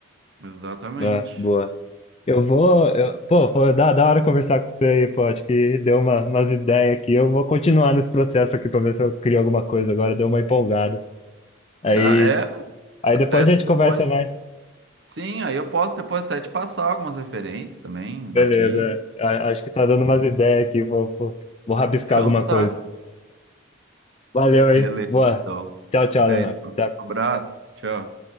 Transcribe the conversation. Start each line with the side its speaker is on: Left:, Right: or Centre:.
Right: exatamente.
Left: Ah, boa. Eu vou, eu- pô, foi da, da hora conversar com você aí, pô, acho que deu uma, umas ideias aqui. Eu vou continuar nesse processo aqui para ver se eu crio alguma coisa agora, deu uma empolgada. Aí,
Right: Ca- É,
Left: aí
Right: até
Left: depois
Right: se
Left: a gente
Right: depois.
Left: conversa mais.
Right: Sim, aí eu posso depois até te passar algumas referências também
Left: Beleza.
Right: daqui. <laughs>
Left: A- Acho que tá dando umas ideias aqui. Vou, vou, vou rabiscar
Right: Então
Left: alguma
Right: tá.
Left: coisa. Valeu,
Right: Beleza,
Left: hein? Boa.
Right: então.
Left: Tchau, tchau,
Right: Feito.
Left: Leonardo. Até.
Right: Um abraço. Tchau.